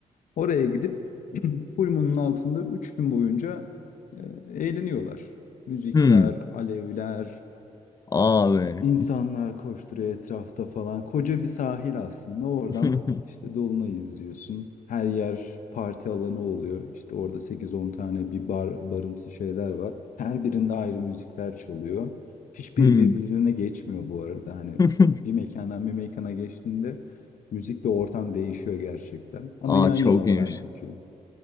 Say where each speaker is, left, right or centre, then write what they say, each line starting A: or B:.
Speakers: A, on the left; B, on the left.
A: Oraya gidip <clears throat> <laughs> full moon'un altında 3 gün boyunca e, eğleniyorlar. Müzikler,
B: Hmm.
A: alevler,
B: Abi.
A: İnsanlar koşturuyor etrafta falan. Koca bir sahil aslında. Oradan
B: <laughs>
A: işte Dolunay'ı izliyorsun. Her yer parti alanı oluyor. İşte orada sekiz on tane bir bar, barımsı şeyler var. Her birinde ayrı müzikler çalıyor. Hiçbiri
B: Hmm.
A: birbirine geçmiyor bu arada. Hani
B: <laughs>
A: bir mekandan bir mekana geçtiğinde müzik ve ortam değişiyor gerçekten. Ama
B: Aa
A: yan
B: çok
A: yanalar
B: iyiymiş.
A: halbuki.